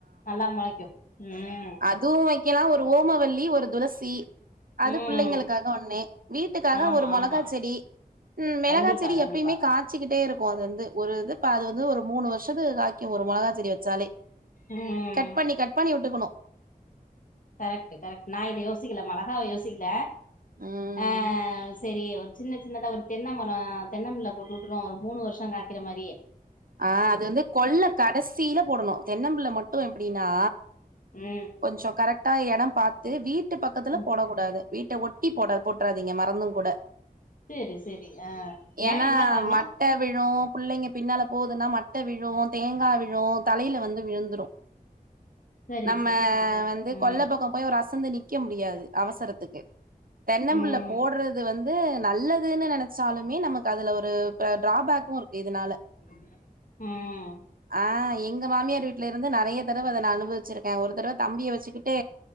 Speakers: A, on the left; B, on the right.
A: நல்லா மொளைக்கும் அ
B: அதுவு வைக்கலா ஒரு ஓமவல்லி ஒரு துளசி அது
A: ம்
B: பிள்ளைங்களுக்காக ஒண்ணு வீட்டுக்காக
A: ஆமா
B: ஒரு மொளகா
A: ஆமா
B: செடி மெளகா
A: கண்டிப்பா
B: செடி
A: கண்டிப்பா
B: எப்பயுமே காச் வச்சுக்கிட்டே இருக்கோ அது வந்து ஒரு இ அது வந்து ஒரு மூணு வருஷத்து காய்கும் ஒரு மொளகா செடி பண்ணி
A: ம்
B: கட் பண்ணி கட் பண்ணி விட்டுக்கணும்
A: கரெக்ட் கரெக்ட் நா இத யோசிக்கல மெளகாவை யோசிக்கல
B: ம்
A: ஆ செரி சின்ன சின்னதா ஒரு தென்னமரம் தென்னம்பிள்ள போட்டு விட்டுருவோம் ஒரு மூணு வருஷோம் காய்கிற மாதிரி
B: அ அது வந்து கொள்ள கடஸ் சீல போடணும் தென்னம்புள்ள மட்டும் எப்டின்னா
A: ம்
B: கொஞ்சோ கரெக்ட் கட்ட எடம் பாத்து வீட்டு பக்கத்துல
A: ம்
B: போடக் கூடாது வீட்ட ஒட்டி போட போட்டுறாதீங்க மறந்தும் கூட
A: சேரி சேரி ஆ
B: ஏன்னா
A: ஏ என்ன காரணோ
B: மட்ட விழும் பிள்ளைங்க பின்னால போகுதுன்னா மட்ட விழு தேங்கா விழு தலையில வந்து விழுந்துடு
A: சரி
B: நம்ம
A: சரி சரி கரெக்ட்
B: வந்து
A: ம்
B: கொல்ல பக்கம் போய் ஒரு அசந்து நிக்க முடியாது அவசரத்துக்கு தென்னம்புள்ள
A: ம்
B: போடுறது வந்து க்கு நல்லதுன்னு நெனச்சாலுமே நமக்கு அதுல ஒரு டிராபேக்கும் இருக்கு இதுனால
A: <inaudible> ம்
B: ஆ எங்க மாமியார் வீட்ல இருந்து நெறைய தடவ அத நா அனுபவி வச்சிருக்கே ஒரு தடவ தம்பிய வச்சுக்கிட்டு